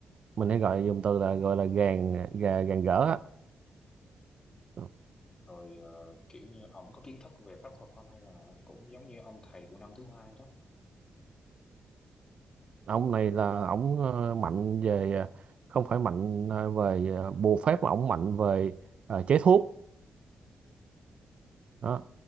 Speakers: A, on the right (about 60°); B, on the left (about 35°).
A: mình hay gọi dùng từ là gọi là gàn gà, gàn gỡ á
B: Ừ.
A: Ừ.
B: rồi ờ, kiểu như ông có kiến thức về pháp thuật không hay là cũng giống như ông thầy của năm thứ hai đó
A: ông này là ổng ờ, mạnh về ờ, không phải mạnh ờ, về ờ, bùa phép mà ổng mạnh về ờ, chế thuốc đó